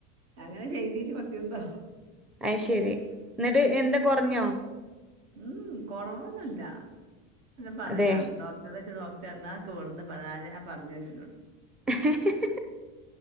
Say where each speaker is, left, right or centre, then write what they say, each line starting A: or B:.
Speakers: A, on the right; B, in the centre.
A: അങ്ങനെ ചെയ്തീന് കൊറച്ച് ദിസം
B: അയ് ശരി എന്നിട്ട് എന്താ കുറഞ്ഞോ
A: ഉം കൊറവൊന്നുല്ല പറയതാണ്
B: അതെ
A: ഡോ ച നോട എന്നെ വിടുന്ന് പറ ആ പറഞ്ഞ വെച്ചോട്
B: <inaudible>